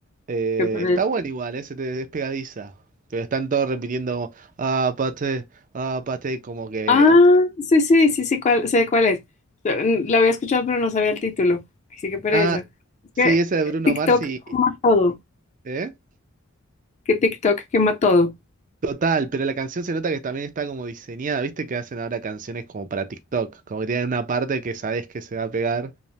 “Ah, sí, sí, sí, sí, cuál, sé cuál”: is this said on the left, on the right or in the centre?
Left